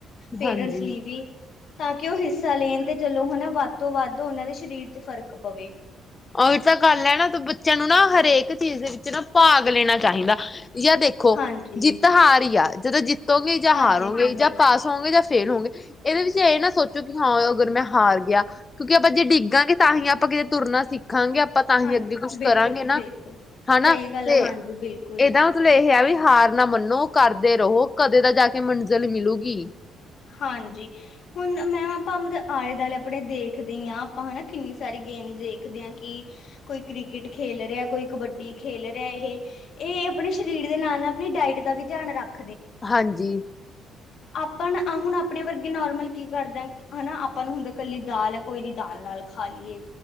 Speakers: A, on the left; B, on the left.
A: ਪੇਰੈਂਟਸ
B: ਹਾਂਜੀ
A: ਲਈ ਵੀ ਤਾਂ ਕਿ ਉਹ ਹਿੱਸਾ ਲੈਣ ਤੇ ਚਲੋ ਹਨਾ ਵੱਧ ਤੋਂ ਵੱਧ ਉਹਨਾਂ ਦੇ ਸਰੀਰ ਚ ਫ਼ਰਕ ਪਵੇ
B: ਉਹੀ ਤਾਂ ਗੱਲ ਹੈ। ਨਾ ਤੂੰ ਬੱਚਿਆਂ ਨੂੰ ਨਾ ਹਰੇਕ ਇੱਕ ਚੀਜ਼ ਦੇ ਵਿੱਚ ਨਾ ਭਾਗ ਲੈਣਾ ਚਾਹੀਦਾ ਜਾਂ ਦੇਖੋ
A: ਹਾਂਜੀ,
B: ਜਿੱਤ ਹਾਰ ਹੀ ਆ ਜਦੋਂ ਜਿੱਤ ਗੇ ਜਾਂ
A: ਹਾਂਜੀ,
B: ਹਾਰੋਂਗੇ
A: ਹਾਂਜੀ,
B: ਜਾਂ ਪਾਸ ਹੋੋਂਗੇ ਜਾਂ ਫੇਲ ਹੋਗੇ ਇਹਦੇ ਵਿੱਚ ਇਹ ਨਾ ਸੋਚੋ ਕਿ ਹਾਂ ਅਗਰ ਮੈਂ ਹਾਰ ਗਿਆ ਕਿਉਂਕਿ ਆਪਾਂ ਜੇ ਡਿੱਗਾਂਗੇ ਤਾਂ ਹੀ ਆਪਾਂ ਕਿਤੇ ਤੁਰਨਾ ਸਿੱਖ ਦੇਖਾਂਗੇ ਆਪਾਂ ਤਾਂਹੀ
A: ਹਾਂ
B: ਅੱਗੇ ਕੁਛ
A: ਬਿਲਕੁਲ
B: ਕਰਾਂਗੇ
A: ਜੀ
B: ਨਾ
A: ਬਿਲਕੁਲ।
B: ਹਨਾ
A: ਸਹੀ ਗੱਲ
B: ਤੇ
A: ਹੈ ਹਾਂਜੀ ਬਿਲਕੁਲ।
B: ਇਹਦਾ ਮਤਲਬ ਇਹ ਆ ਵੀ ਹਾਰ ਨਾ ਮੰਨੋ ਕਰਦੇ ਰੋ। ਕਦੇ ਤਾਂ ਜਾ ਕੇ ਮਿਲ ਜ। ਮੇਲਗੀ ਮਿਲਗੀ।
A: ਹਾਂਜੀ ਹੁਣ ਮ ਮੈਂ ਹਾ ਮਤ ਆਏ ਦਆਲੇ ਆਪਣੇ ਦੇਖਦੇ ਆ ਤਾਂ ਹਨਾਂ ਕਿੰਨੀ ਸਾਰੀ ਗੇਮ ਦੇਖਦੇ ਆ ਕਿ ਕੋਈ ਕ੍ਰਿਕਟ ਖੇਲ ਰਿਐ ਕੋਈ ਕਬੱਡੀ ਖੇਲ ਰਿਐ ਇਹ ਇਹ ਅਪਣੇ ਸਰੀਰ ਦੇ ਨਾਲ ਨਾ ਅਪਣੀ ਡਾਇਟ ਦਾ ਵੀ ਧਿਆਨ ਰੱਖ
B: ਹਾਂਜੀ।
A: ਆਪਾਂ ਨ ਆ ਹੁਣ ਆਪਣੇ ਵਰਗੇ ਨੋਰਮਲ ਕੀ ਕਰਦਾਏ ਹਨਾ ਆਪਾਂ ਨੂੰ ਹੁੰਦਾ ਕੱਲੀ ਦਾਲ ਏ ਕੋਈ ਨੀ ਦਾਲ ਨਾਲ ਖਾ ਲਈਏ